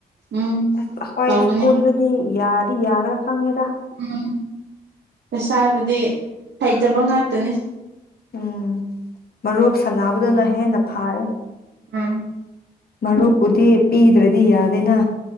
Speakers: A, on the right; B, on the left.
A: ꯎꯝ
B: ꯑꯁ ꯑꯩꯈꯣꯏ
A: ꯇꯧꯕꯅꯦ
B: ꯄꯨꯜꯅꯗꯤ ꯌꯥꯗꯤ ꯌꯥꯔ ꯈꯪꯉꯦꯗ
A: ꯎꯝ ꯄꯩꯁꯥꯗꯨꯗꯤ ꯍꯩꯇꯕ ꯉꯥꯛꯇꯅꯤ
B: ꯎꯝ ꯃꯔꯣꯛ ꯁꯅꯕꯗꯅ ꯍꯦꯟꯅ ꯐꯥꯏ
A: ꯑꯥ
B: ꯃꯔꯨꯞꯄꯨꯗꯤ ꯄꯤꯗ꯭ꯔꯗꯤ ꯌꯥꯗꯦꯅ